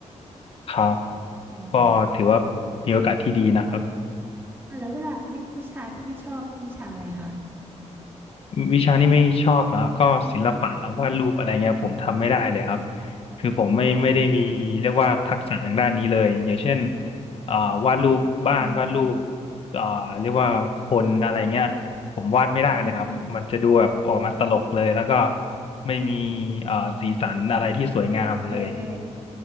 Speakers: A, on the left; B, on the right.
A: ครับ
B: อืม
A: ก็ถือว่ามีโอกาสที่ดีนะครับ
B: อ่ะแล้วเวลาวิวิชาที่ไม่ชอบนี่วิชาอะไรคะ
A: วิชานี้ไม่ชอบนะครับก็ศิลปะครับวาดรูปอะไรเงี้ยผมทำไม่ได้เลยครับ
B: อืม
A: คือผมไม่ไม่ได้มีเรียกว่าทักษะทางด้านนี้เลยอย่างเช่น
B: อ๋อ
A: อ่าวาดรูปบ้านวาดรูป
B: อืม
A: อ่าเรียกว่าคนอะไรเงี้ยผมวาดไม่ได้เลยครับมันจะดูแบบออกมาตลกเลยแล้วก็
B: อืมอ่าอ่า
A: ไม่มีอ่าสีสันอะไรที่สวยงามเลย
B: เออเออ